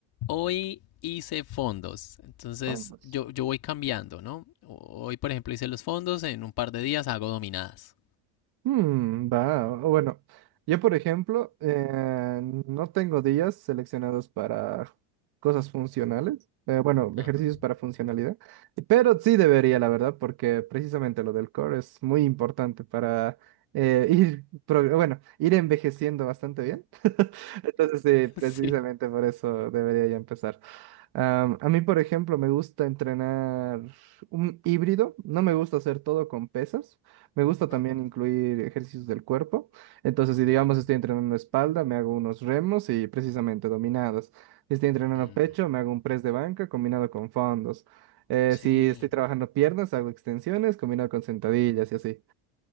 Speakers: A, on the left (about 50°); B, on the right (about 55°).
A: Hoy hice fondos, entonces
B: Fondos.
A: yo, yo voy cambiando, ¿no? Hoy, por ejemplo, hice los fondos, en un par de días hago dominadas.
B: Mm, va, o- bueno, yo por ejemplo, eh, no tengo días seleccionados para cosas funcionales, eh, bueno,
A: Ajá.
B: ejercicios para
A: <laughs>
B: funcionalidad, pero sí debería, la verdad, porque precisamente lo del core es muy importante para eh, <laughs> ir, pro- bueno, ir envejeciendo bastante bien. <laughs> Entonces sí, precisamente
A: Sí.
B: por eso debería ya empezar. Am, a mí, por ejemplo, me gusta entrenar un híbrido. No me gusta hacer todo con pesas. Me gusta
A: Ajá.
B: también incluir ejercicios del cuerpo. Entonces,
A: Sí.
B: si digamos estoy entrenando espalda, me hago unos remos y precisamente dominadas. Si estoy entrenando
A: Mm,
B: pecho, me hago un press de banca combinado con fondos. Eh,
A: Sí,
B: si estoy trabajando piernas, hago extensiones combinado con sentadillas y así.